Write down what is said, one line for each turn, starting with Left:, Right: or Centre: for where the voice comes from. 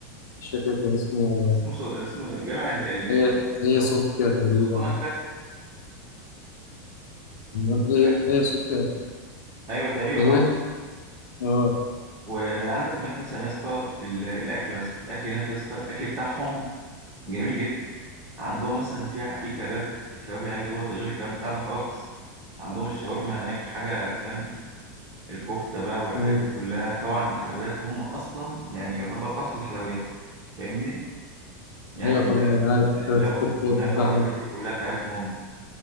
Left: مش فاكر كان اسمه
Right: اسمه سل- اسمه جامع ال- ال- الفاتح
Left: هي
Right: اللي
Left: هي صوفيا
Right: هو سلطان
Left: تقريبا
Right: سلطان الفاتح
Left: أمال هي
Right: تمام؟
Left: هي صوفيا
Right: أيوه تقريبا
Left: تقريبا
Right: أه
Left: أه
Right: وعندك هناك مثلا يا اسطى ال- الأكل مثلا الأكل هناك يا اسطى الأكل بتاعهم جميل جدا عندهم مثلا في ع- في كباب الكباب هناك ده غير الكباب بتاعنا خالص عندهم الشاورما هناك حاجة جامدة الكفتة بقى والحاجات
Left: أيوة
Right: دي كلها طبعا الحلويات هم أصلا يعني يعتبر أصل الحلويات فاهمني يعني
Left: أيوة
Right: الب-
Left: طبعا أنا
Right: البقلاوة
Left: عارف الحاجات التركية
Right: والكنافة
Left: بتتباع
Right: والحاجات
Left: هنا
Right: دي كلها بتاعتهم هم